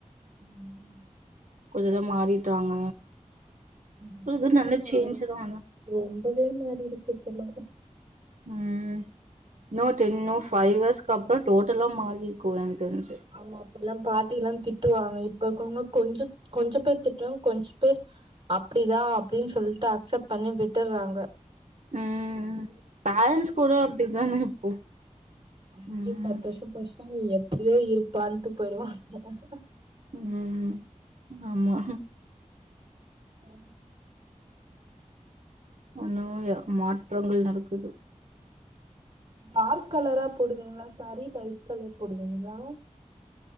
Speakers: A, on the right (about 40°); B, on the right (about 75°).
A: உம்
B: கொஞ்சதா மாறிட்டாங்க
A: <unintelligible>
B: இது
A: இருங்க
B: நல்ல சேஞ்ச்
A: வரோ
B: தா ஆனா
A: ரொம்பவே மாறி இருக்கு இப்பலா
B: உம் இன்னு டென்னவர் ஃபைவ் ஹவர்ஸ்க்கு அப்பற டோட்டலா மாறிருக்கு எனக் தெரிஞ்சு
A: ஆமா அப்பல்லா பாட்டிலா திட்டுவாங்க இப்ப இருக்கவங்க கொஞ்ச கொஞ்சப்பேர் திட்டறோம் கொஞ்சப்பேர் அப்டிதா அப்டின் சொல்ட்டு அக்செப்ட் பண்ணி விட்டுட்றாங்க
B: உம் பேரண்ட்ஸ் கூட அப்டிதானே இப்போ
A: அஞ்சு
B: ம்
A: பத்து வருஷம் போச்சு <unintelligible> எப்டியோ இருப்பான்ட்டு போயிடுவாங்க <unintelligible>
B: உம் ஆமா
A: <unintelligible>
B: ஆனாலு மாற்றங்கள் நடக்குது
A: டார்க் கலரா போடுவிங்கங்களா சாரி லைட் கலர் போடுவிங்கங்களா